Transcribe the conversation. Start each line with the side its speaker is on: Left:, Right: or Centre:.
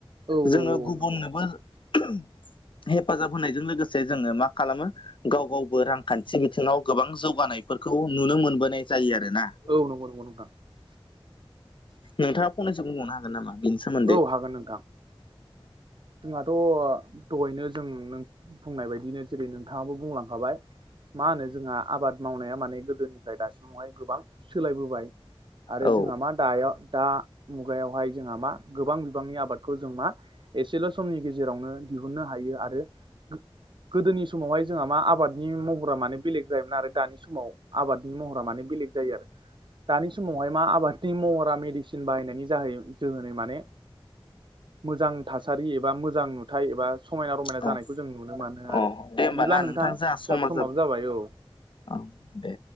Right: औ
Left: जोङो
Right: औ
Left: गुबुननोबो
Right: नंगौ
Left: <unintelligible> हेफाजाब होनायजों लोगोसे जोङो मा खालामो गाव गावबो रांखान्थि बिथिङाव गोबां जौगानायफोरखौ नुनो मोनबोनाय जायो आरो ना।
Right: औ नंगौ नंगौ नोंथां।
Left: नोंथाङा फंनैसो बुंबावनो हा गोन नामा बिनि सोमो
Right: औ हागोन नोंथां। जोंहाथ' दहैनो जों नों बुंनाय बायदिनो जेरै नोंथाङाबो बुंलांखाबाय। मा होनो जोंहा आबाद मावनाया माने गोदोनिफ्राय दासिमावहाय गोबां सोलायबोबाय। आरो
Left: औ
Right: जोंहा मा दायाव दा मुगायावहाय जोंहा मा गोबां बिबांनि आबादखौ जों मा एसेल' समनि गेजेरावनो दिहुननो हायो आरो गो गोदोनि समावहाय जोंहा मा आबादनि महरा माने बेलेग जायोमोन आरो दानि समाव आबादनि महरा माने बेलेग जायो आरो। दानि समावहाय मा आबादनि महरा मेडिस सिन बाहायनायनि जाहै जोहोनै माने मोजां थासारि एबा मोजां नुथाय एबा समायना रमायना
Left: औ
Right: जानायखौ जों नुनो मानो
Left: अ
Right: आरो।
Left: दे होमबा
Right: बिदिब्ला
Left: ना
Right: नोंथां जाहाबो
Left: जोंहा समा
Right: समाबो जाबाय औ।
Left: औ दे